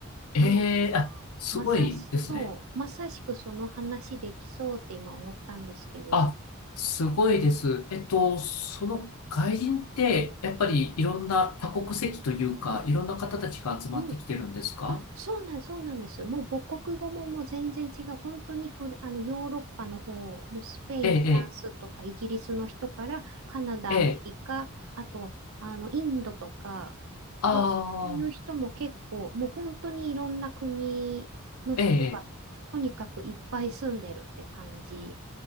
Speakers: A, on the left; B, on the right.
A: ええ、
B: な
A: あ、すごいですね。
B: まさし、そう、まさしくその話できそうって今思ったんですけどね。
A: あ、すごいです。えっと、その外人って、やっぱりいろんな多国籍というか、
B: うん。
A: いろんな方たちが集まってきてるんですか
B: うんあ、そうなん、そうなんです。もう母国語ももう全然違う。本当にフラ、あの、ヨーロッパの方、もうスペイン、
A: ええ、
B: フランスとかイギリスの人から、
A: え
B: カナダ、
A: え、ええ、
B: アメリカ、あと、あの、インドとか、
A: ああ、
B: なんかそういう人も結構、もう本当にいろんな国の人が、
A: ええ、
B: とにかくいっぱい住んでるって感じ